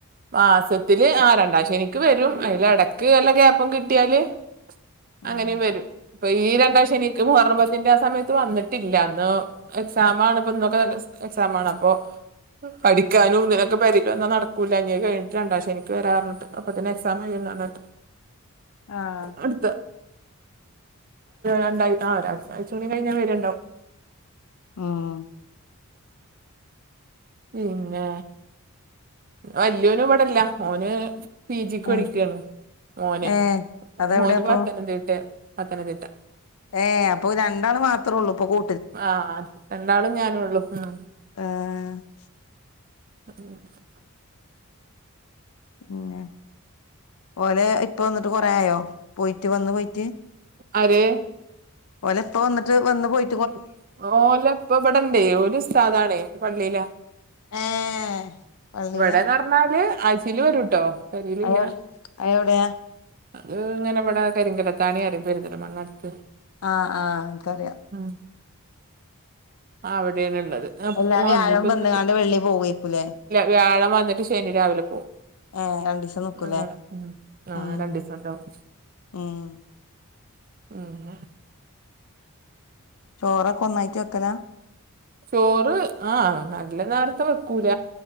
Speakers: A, on the right (about 40°); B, on the left (about 75°).
A: മാസത്തില് ആ രണ്ടാം ശനിക്ക് വരും അയില് ഇടക്ക് വല്ല ഗ്യാപ്പും കിട്ടിയാല്
B: ഉം
A: അങ്ങനിം വരും ഇപ്പ ഈ രണ്ടാം ശനിക്ക് മുഹറം പത്തിന്റെ ആ സമയത്ത് വന്നിട്ടില്ല അന്ന് എക്സാമാണ് ഇപ്പ ഇന്നൊക്കെ ക്സ് എക്സാമാണ് അപ്പൊ പഠിക്കാനും ഇതിനൊക്കെ പെരില് വന്ന നട കൂല ഇഞ്ഞി അത് കഴിഞ്ഞിട്ട് രണ്ടാം ശനിക്ക് വെരാ പർഞ്ഞിട്ട് അപ്പത്തിന് എക്സാം കയ്യുല ആ നേരത്ത്
B: ആഹ്
A: അടുത്ത രണ്ട ആ രണ്ടാഴ്ചിം കൂടി കഴിഞ്ഞാൽ വരുണ്ടാവും
B: ഉം
A: പിന്നെ വല്യോനും ഇവടെ ഇല്ല ഓന് പി ജിക്ക്
B: ഏഹ്
A: പഠിക്കയാണ് മോന്
B: ഏഹ് അതെവിടെയാപ്പൊ
A: മോന് പത്തനംതിട്ടേണ് പത്തനംതിട്ട
B: ഏഹ് അപ്പൊ രണ്ടാള് മാത്ര ത്രോള്ളു പ്പൊ ക്കൊ
A: ആഹ് രണ്ടാളും ഞാനൊള്ളൂ ഉം
B: ആഹ്
A: <unintelligible>
B: ഉം ഓലെ പ്പ വന്നിട്ട് കൊറേ ആയോ പോയിട്ട് വന്ന് പോയിറ്റ്
A: ആര്
B: ഓലെ ഇപ്പ വന്നിട്ട് വന്ന് പോയി
A: ഉം ഓലപ്പ ഇവിടണ്ടേ ഓല് സ്താദാണേ പള്ളിയിലാ
B: ഏഹ് പള്ളീലാ
A: ഇവിടെന്ന് പറഞ്ഞാല് ആഴ്ചയില് വരൂട്ടോ പെരേലില്ല
B: അതെവിടാ
A: അത് ഇങ്ങനെ ഇവിടെ കരിങ്കലത്താണി റിയും പെരിന്തൽമണ്ണ അടുത്ത്
B: ആ ആഹ് ഇൻക്കറിയാ
A: ഉം അവിടെയാണ് ഇള്ളത് ആ
B: എല്ലാ വ്യാഴം
A: വന്നപ്പിന്ന്
B: വന്ന്കാണ്ട്
A: വരും
B: വെള്ളി പോവേക്കൂലേ
A: വ്യാഴം വന്നിട്ട് ശനി രാവിലെ പോവും
B: ഏ രണ്ടീസം നിക്കൂലേ
A: അങ്ങനെ ഉം ആ
B: ഉം
A: രണ്ടിസം ഇണ്ടാവും
B: ഉം
A: ഉം
B: ചോറൊക്കെ ഒന്നായിട്ട് വെക്കല
A: ചോറ് ആഹ് നല്ല നേരത്തെ വെക്കൂല